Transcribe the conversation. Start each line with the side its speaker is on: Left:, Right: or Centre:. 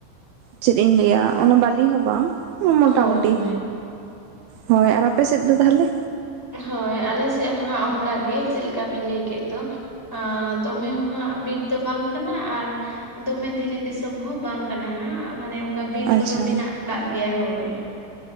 Right: ᱪᱮᱫ ᱤᱧ ᱞᱟᱹᱭᱟ ᱚᱱᱟ ᱵᱟᱞᱤ ᱦᱚᱸ ᱵᱟᱝ ᱢᱚᱴᱟ
Centre: ᱦᱳᱭ
Right: ᱢᱩᱴᱤ
Centre: ᱦᱳᱭ
Right: ᱦᱳᱭ ᱟᱨ ᱟᱯᱮ ᱥᱮᱫ ᱫᱚ ᱛᱟᱦᱚᱞᱮ
Centre: ᱦᱳᱭ ᱟᱞᱮᱥᱮᱜ ᱦᱚᱸ ᱦᱟᱸᱜ ᱚᱝᱠᱟ ᱜᱮ ᱪᱮᱜ ᱞᱮᱠᱟ ᱵᱤᱱ ᱞᱟᱹᱭ ᱠᱮᱫ ᱫᱚ᱾ ᱟᱸ ᱫᱚᱢᱮ ᱦᱚᱸ ᱦᱟᱸᱜ ᱵᱤᱨ ᱫᱚ ᱵᱟᱝ᱾ ᱠᱟᱱᱟ ᱟᱨ ᱫᱚᱢᱮ ᱫᱷᱤᱨᱤ ᱫᱤᱥᱚᱢ ᱦᱚᱸ ᱵᱟᱝ ᱠᱟᱱᱟ ᱦᱟᱸᱜ ᱢᱟᱱᱮ ᱚᱝᱠᱟ ᱵᱤᱨ
Right: ᱟᱪᱪᱷᱟ
Centre: ᱠᱚᱫᱚ ᱢᱮᱱᱟᱜ᱾ ᱠᱟᱜ ᱜᱮᱭᱟ ᱦᱳᱭ᱾